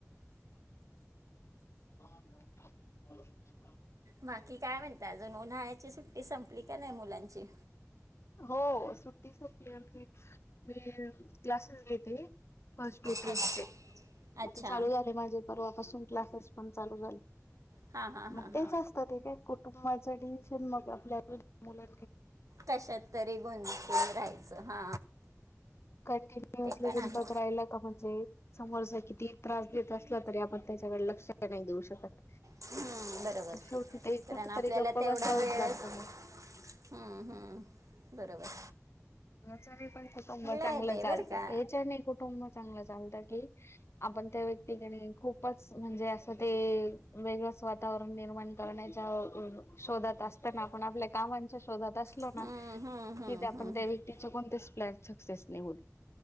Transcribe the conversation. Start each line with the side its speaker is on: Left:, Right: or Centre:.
Left: <unintelligible>
Right: बाकी काय म्हणता अजून उन्हाळ्याची सुट्टी संपली का नाही मुलांची?
Left: हो सुट्टीती आमची मी क्लासेस घेते. फस् टू टेन
Right: अ-
Left: चे मग
Right: अच्छा
Left: ते चालू झाले माझे परवापासून क्लासेस पण चालू झाले.
Right: हां हां
Left: मग
Right: हां
Left: तेच
Right: हां
Left: असत ते काय कुटुंबाच डिसिशन मग आपल्या मुलां
Right: कशात तरी गुती राहायचं हा
Left: <unintelligible> कंटिन्युअसली
Right: पण
Left: गुणतात
Right: आहे
Left: राहिला का म्हणजे समोर किती त्रास देत असला तरी आपण त्याच्याकडे लक्ष नाही देऊ शकत
Right: हम्म, बरोबर
Left: शेवटी ते
Right: कारण
Left: कुठ
Right: आपल्याला
Left: तरी गप्पा
Right: तेवढा
Left: बसावच
Right: वेळच
Left: लागत मग
Right: हम्म, हम्म, बरोबर
Left: च पण कुटुंब चांगलं
Right: आहे ते
Left: चालतं
Right: बरं का
Left: याचणी कुटुंब चांगलं चालतं की आपण त्या व्यक्तीकडे खूपच म्हणजे असं ते वेगळच वातावरण निर्माण करण्याच्या शोधात असताना आपण आपल्या कामांच्या शोधत अस
Right: हम्म,
Left: ना
Right: हम्म, हम्म,
Left: कि आपण
Right: हम्म,
Left: त्या व्यक्तीचे कोणतेच प्लॅन सक्सेस नाही होत